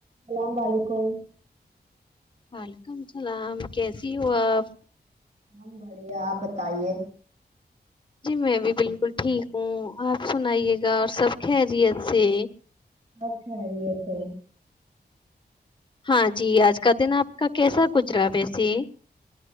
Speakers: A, on the right (about 45°); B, on the left (about 30°).
A: اللام و ععلیکم
B: وعلیکم السلام کیسی ہو آپ
A: ہم بڑے ہے آپ بتائیے
B: جی میں بھی بالکل ٹھیک ہوں آپ سنئیے گا اور سب خیریت سے
A: اپ خاری ہے تھ
B: ہاں جی آج کا دن آپ کا کیسا گزرا ویسے